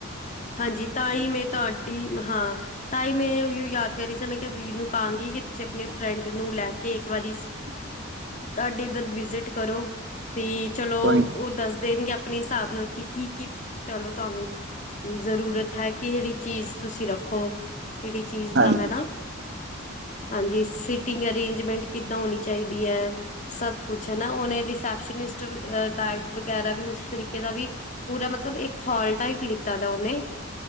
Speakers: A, on the left; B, on the right.
A: ਹਾਂਜੀ, ਤਾਂ ਈ ਮੈਂ ਤੁਆਡੀ ਹਾਂ ਤਾਂ ਈ ਮੈਂ ਯੁਅ ਯਾਦ ਕਰ ਰੀ ਸਾਂ, ਮੈਂ ਕਿ ਆ ਵੀਰ ਨੂੰ ਕਾਂਗੀ ਕਿ ਤੁਸੀਂ ਅਪਣੀ ਫਰੈਂਡ ਨੂੰ ਲੈ ਕੇ ਇੱਕ ਵਾਰੀ
B: <inaudible>
A: ਤਾਡੇ ਇੱਧਰ ਵਿਜ਼ਿਟ ਕਰੋ ਤੇ ਚਲੋ
B: ਕੋਈ
A: ਔਹ ਦੱਸ ਦੇਣਗੇ ਪਨੇ ਹਿਸਾਬ ਨਾਲ ਕਿ ਕੀ ਚਲੋ ਤੁਆਨੂੰ ਜ਼ਰੂਰਤ ਹੈ ਕਿ ਜੇਹੜੀ ਚੀਜ਼ ਤੁਸੀਂ ਰੱਖੋ ਜੇੜੀ ਚੀਜ਼
B: ਹਾਂਜੀ
A: ਦਾ ਹੈ ਨਾ, ਹਾਂਜੀ, ਸਿ ਟਿਂਗ ਅਰੇਂਜਮੈਂਟ ਕਿੱਦਾਂ ਹੋਨੀ ਚਾਈਦੀ ਐ ਹਹਹ ਸਭ ਕੁਛ ਹਨਾ, ਔਨਾ ਰਿਸੈਪਸ਼ਨਿਸਟ ਵੀ ਅ ਟਾਈਪ ਵਗੈਰਾ ਵੀ ਤਰੀਕੇ ਦਾ ਵੀ ਪੂਰਾ ਮਤਲਬ ਇੱਕ ਹਾਲ ਟਾਈਪ ਲਿੱਤਾ ਦਾ ਔਨੇ